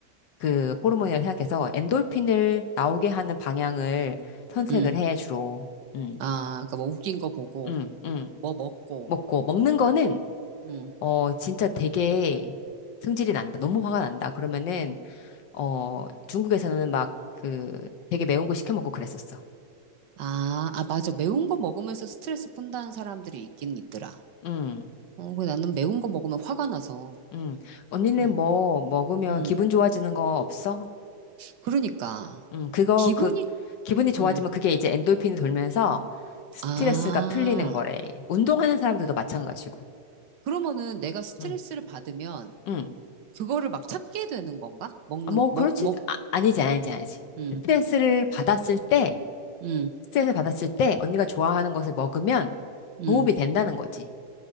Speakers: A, on the left; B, on the right.
A: 그 호르몬이라고 생각해서 엔돌핀을 나오게 하는 방향을 선택을
B: 음.
A: 해, 주로. 음,
B: 아, 그니까 뭐 웃긴 거 보고,
A: 음, 음.
B: 뭐 먹고.
A: 먹고. 먹는 거는,
B: 음.
A: 어, 진짜 되게 승질이 난다. 너무 화가 난다. 그러면은, 어, 중국에서는 막 그 되게 매운 거 시켜 먹고 그랬었어.
B: 아, 아, 맞아. 매운 거 먹으면서 스트레스 푼다는 사람들이 있긴 있더라.
A: 음,
B: 어, 근데 나는 매운 거 먹으면 화가 나서.
A: 음. 언니는
B: 어.
A: 뭐 먹으면
B: 음.
A: 기분 좋아지는 거 없어?
B: 그러니까.
A: 음, 그거,
B: 기분이,
A: 그, 기분이 좋아지면
B: 음.
A: 그게 이제 엔돌핀이 돌면서 스트레스가
B: 아.
A: 풀리는 거래. 운동하는 사람들도 마찬가지고.
B: 그러면은 내가 스트레스를
A: 응
B: 받으면
A: 응.
B: 그거를 막 찾게 되는 건가? 먹는,
A: 아, 뭐,
B: 먹,
A: 그렇지.
B: 먹,
A: 아, 아니지, 아니지, 아니지.
B: 음,
A: 스트레스를 받았을 때,
B: 음,
A: 스트레스 받았을 때 언니가 좋아하는 것을 먹으면
B: 음.
A: 도움이 된다는 거지.